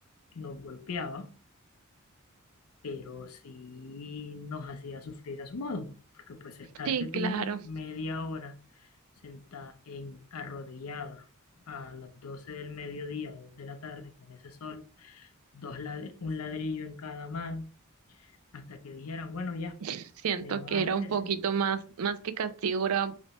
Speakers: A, on the left; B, on the right.
A: nos golpeaba, pero sí nos hacía sufrir a su modo, porque pues estarte
B: Sí,
A: tú
B: claro.
A: media hora sentada en arrodillada a las 12 del mediodía, 2 de la tarde con ese sol, dos lad- un ladrillo en cada mano, hasta que dijeran, bueno, ya,
B: <laughs> Siento
A: levántese
B: que era un poquito más, más que castigo, era